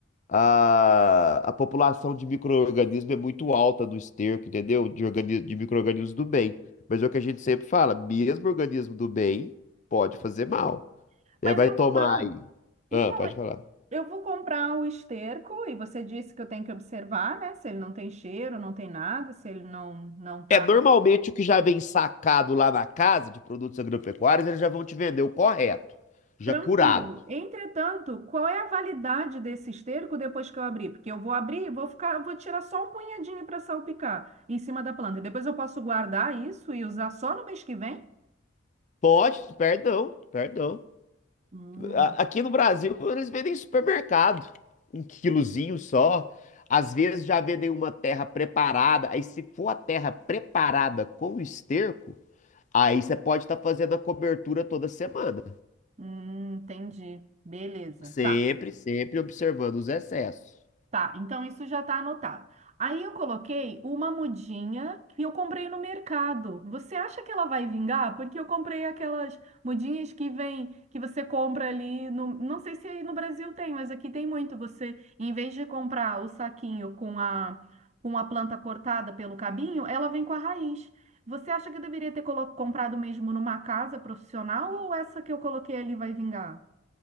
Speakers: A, on the left; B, on the right.
A: a, a população de micro-organismos é muito alta no esterco, entendeu? De, organi- de micro-organismos do bem. Mas é o que a gente sempre fala, mesmo organismo do bem pode fazer mal.
B: sim.
A: né?
B: Mas
A: Vai
B: eu
A: tomar
B: vou lá.
A: aí.
B: Então,
A: Ah, pode falar.
B: eu vou comprar o esterco e você disse que eu tenho que observar, né? Se ele não tem cheiro, não tem nada, se ele não não está
A: É, normalmente o que já vem sacado lá na casa de produtos agropecuários, eles já vão te vender o correto, já
B: Tranquilo.
A: curado.
B: Entretanto, qual é a validade desse esterco depois que eu abrir? Porque eu vou abrir, e vou ficar, vou tirar só um punhadinho para salpicar em cima da planta. E depois eu posso guardar isso e usar só no mês que vem?
A: Pode, perdão, perdão.
B: Hum,
A: A- Aqui no Brasil, eles vendem em supermercado, um quilozinho só. Às vezes já vendem uma terra preparada. Aí, se for a terra preparada com esterco, aí você pode estar fazendo a cobertura toda semana.
B: hum, entendi. Beleza.
A: Sempre,
B: Tá.
A: sempre observando os excessos.
B: Tá, então isso já tá anotado. Aí eu coloquei uma mudinha que eu comprei no mercado. Você acha que ela vai vingar? Porque eu comprei aquelas mudinhas que vem, que você compra ali no, não sei se aí no Brasil tem, mas aqui tem muito. Você, em vez de comprar o saquinho com a com a planta cortada pelo cabinho, ela vem com a raiz. Você acha que eu deveria ter colo- comprado mesmo numa casa profissional ou essa que eu coloquei ali vai vingar?